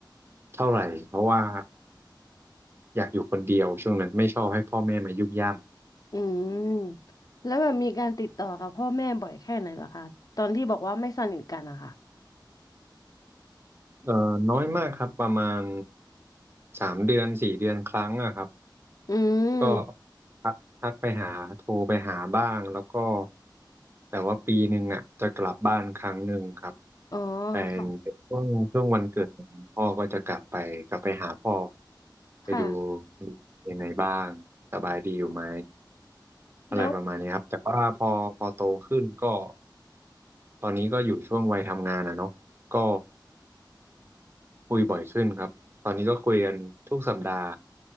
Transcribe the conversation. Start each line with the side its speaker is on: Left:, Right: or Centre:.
Right: เท่าไหร่ เพราะว่าอยากอยู่คนเดียวช่วงนั้นไม่ชอบให้พ่อแม่มายุ่งย่ำ
Left: อืมแล้วแบบมีการติดต่อกับพ่อแม่บ่อยแค่ไหนเหรอคะตอนที่บอกว่าไม่สนิทกันอะค่ะ
Right: เอ่อน้อยมากครับประมาณสามเดือนสี่เดือนครั้งอะครับ
Left: อื
Right: ก็
Left: ม
Right: ทักไปหาโทรไปหาบ้างแล้วก็แต่ว่าปีหนึ่งอ่ะจะกลับบ้านครั้งหนึ่งครับ
Left: อ๋อ
Right: เป็นเป็นช่วงช่วงวันเกิดของพ่อก็จะกลับไปกลับไปหาพ่อ
Left: ค่ะ
Right: ไปดู
Left: ค่ะ
Right: ยังไงบ้างสบายดีอยู่ไหมอะไรประมาณนี้ครับแต่ว่าพอพอโตขึ้นก็
Left: แล้ว
Right: ตอนนี้ก็อยู่ช่วงวัยทำงานอ่ะเนาะก็คุยบ่อยขึ้นครับตอนนี้ก็คุยกันทุกสัปดาห์